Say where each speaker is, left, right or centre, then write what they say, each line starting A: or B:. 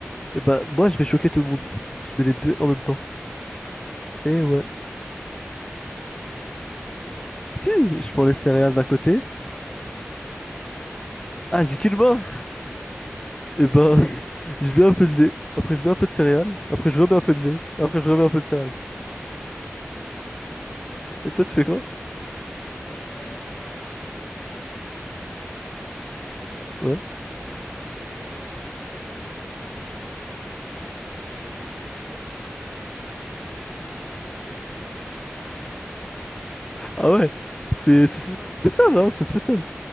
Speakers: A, on the left; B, on the left.
A: Et bah moi je vais choquer tout le monde. Je mets les deux en même temps. Eh ouais.
B: C'est pas possible.
A: Si,
B: C'est-
A: je prends
B: Non.
A: les céréales d'un
B: T'as
A: côté.
B: t'as- t'as qu'une main, t'as une main coupée, t'as qu'une main. Tu peux pas mettre
A: Ah,
B: les deux en
A: j'ai
B: même temps.
A: qu'une main! Et ben, <laughs> je mets un peu de lait. Après, je mets un peu de céréales. Après, je remets un peu de lait. Après, je remets un peu de céréales.
B: C'est vraiment relou ce que tu me dis là.
A: Et
B: Ok,
A: toi, tu
B: donc.
A: fais quoi?
B: euh, alors moi, je prends mon bol, ok?
A: Ouais.
B: Je le mets dans mon paquet de céréales. Et je prends mon lait, je le, je mets tout le lait dans le paquet de céréales et je mange dans mon paquet de céréales.
A: Ah ouais,
B: Comme ça,
A: c'est
B: quand j'ai
A: c'est-
B: plus
A: c'est
B: faim.
A: spécial, hein, c'est spécial.